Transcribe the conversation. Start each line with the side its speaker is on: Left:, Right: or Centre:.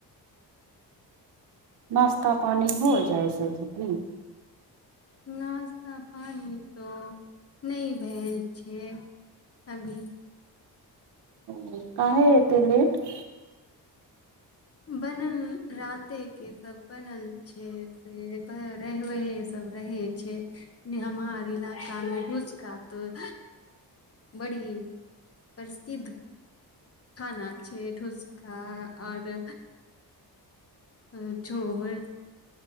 Right: नास्ता पानी हो जाइ छै की
Left: नश्ता पानी तो नहि भेल छै अभी
Right: ह काहे एतै लेट
Left: बनल राते के सब बनल छै सेह सब रहै छै हमार इलाका मे भुसका तऽ बड़ी प्रसिद्ध खाना छै डुसका आओर अ झोर